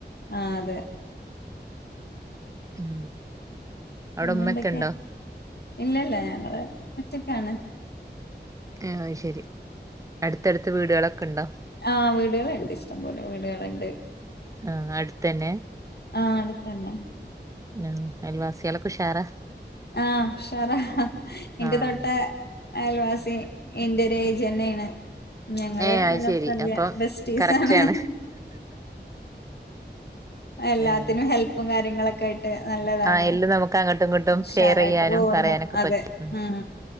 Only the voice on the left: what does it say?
ആഹ് അതെ
പിന്നെന്തൊക്കെ
ഇല്ലല്ല ഞങ്ങള് ഒറ്റക്കാണ്
ആഹ് വീടാളുണ്ട് ഇഷ്ടംപോലെ വീടാള്ണ്ട്
ആഹ് അടുത്തെന്നെ
ആഹ് ഉഷാറ ഇന്റെ
തൊട്ട അയൽവാസി ഇന്റൊരേജന്നേണ് ഞങ്ങള്
നല്ല
ഫ്രഡ്ലിയാ
ബെസ്റ്റീസാണ്
എല്ലാത്തിനും
ഹെൽപ്പും കാര്യങ്ങളൊക്കെ ആയിട്ട് നല്ലതാണ്
ഉഷാറായിട്ട്
പോവുന്നു
അതെ
ഉം